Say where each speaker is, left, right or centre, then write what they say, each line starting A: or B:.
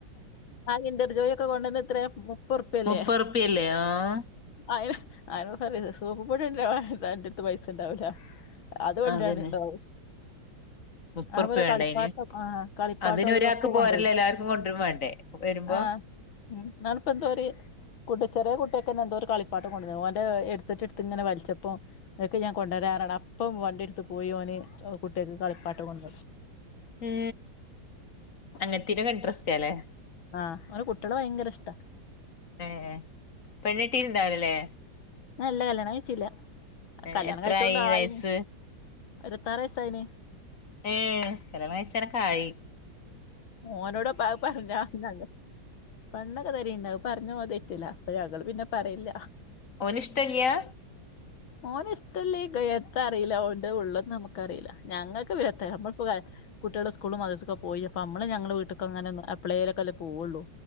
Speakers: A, on the left; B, on the left.
A: ആ കിന്റെർജോയി ഒക്കെ കൊണ്ടന്ന് എത്രേ പൊറ്പ്യല്ലേ
B: മുപ്പത് റുപ്യല്ലേ ആഹ്
A: ആയി <unintelligible> <unintelligible> സോപ്പ്പ്പൊടികൊണ്ടരാന്പറ്ഞ്ഞാ അൻ്റെട്ത്ത് പൈസ ഉണ്ടാവില്ല അതുകൊണ്ടരാന്
B: അതന്നെ
A: ഇണ്ടാവും ഉം
B: മുപ്പത്
A: അതുപോലെ
B: റുപ്യ വേണ്ടേ
A: കളിപ്പാട്ടം
B: അയിന്
A: ആഹ് കളിപ്പാട്ടോ
B: അതിന്
A: അതുമിതൊക്കെ
B: ഒരാൾക്ക് പോരല്ലോ
A: കൊണ്ടരും
B: എല്ലാവർക്കും കൊണ്ടുവരും വേണ്ടേ വരുമ്പോ
A: ആഹ് <unintelligible> ചെറിയ കുട്ടിയാക്കെന്നെ എന്തോ ഒരു കളിപ്പാട്ട <unintelligible> ഓന്റെ ഹെഡ്സെറ്റ്ട്ത്ത്ങ്ങനെ വൽച്ചപ്പോ, ഇങ്ങക്ക് ഞാൻ കൊണ്ടരാർഞ്ഞാണ്ട് അപ്പം വണ്ടി ഇട്ത്ത് പോയി ഓന് കുട്ട്യാക്ക് കളിപ്പാട്ടം കൊണ്ട
B: ഏ അങ്ങൻത്തീനൊക്കെ ഇൻട്രസ്റ്റാലെ?
A: ആ, ഓന് കുട്ടിയളെ ഭയങ്കര ഇഷ്ട
B: ഏ പെണ്ണട്ടീട്ട്ണ്ടാവൂല്ലലെ..
A: ആ ഇല്ല കല്യാണം കഴിച്ചീല്ല.
B: ഏഹ്
A: കല്യാണം
B: എത്രായി
A: കഴിച്ചോണ്ടായിന്
B: വയസ്സ്
A: ഇരുബത്താറ് വയസ്സായിനി
B: ഏഹ്, കല്യാണം കഴിച്ചാനൊക്കായി
A: ഓനോട് പ പറഞ്ഞാ <unintelligible> പണ്ണൊക്കെ തരണ്ട് അത് പറഞ്ഞ ഓൻ തെറ്റില്ല അപ്പൊ ഞങ്ങൾ പിന്നെ പറയില്ല
B: ഓനിഷ്ടല്ല്യാ?
A: ഓന്ഷ്ടല്ലേക്കും, എത്താ അറീല. ഓന്റെ ഉള്ളൊന്നമ്മക്കറീല. ഞങ്ങക്ക് പിന്നെത്ത, ഞമ്മള് കുട്ടികള് സ്കൂൾ മദ്രാസ്സ്ക്കെ പോയി, അപ്പോ അമ്മള് ഞങ്ങള് വീട്ട്ക്കൊങ്ങനെ എപ്പളേലൊക്കെല്ലേ പോകുള്ളു.